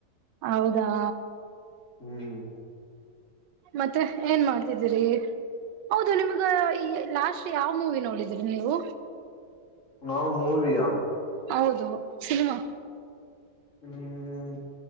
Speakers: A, on the right; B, on the left.
A: ಹೌದಾ
B: ಹ್ಮ್
A: ಮತ್ತೆ ಏನ್ ಮಾಡ್ತಿದ್ದೀರಿ ಹೌದು ನಿಮ್ಗ ಈ ಲಾಸ್ಟ್ ಯಾವ್ ಮೂವಿ ನೋಡಿದ್ರಿ ನೀವು
B: ನಾವು ಮೂವಿಯಾ
A: ಹೌದು ಸಿನಿಮಾ
B: ಹ್ಮ್